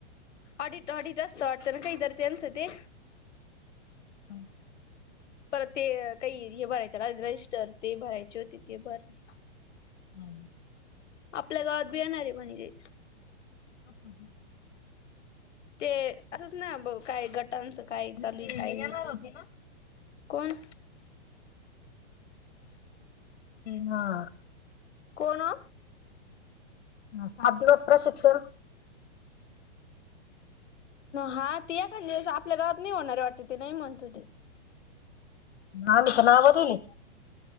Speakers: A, on the left; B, on the left.
A: ऑडीट, ऑडीट, असत वाटत ना कायतरी त्यांच ते
B: हम्
A: परत ते काही हे भरायचं राहिलं रजिस्टर ते भरायचे होते ते भरले
B: हं
A: आपल्या देणारे म्हणे हे
B: कसल ते
A: ते असंच ना ब काही गटांचं काय
B: आणि
A: चालू
B: ते
A: आहे काय
B: हे
A: नाही
B: येणार होते ना
A: कोण
B: ते ना
A: कोण ऒ
B: सात दिवस प्रशिक्षण
A: हां ते एखांद वेळस आपल्या गावात नाही होणारे वाटते ते नाही म्हणत होते
B: आम्ही तर नावं दिली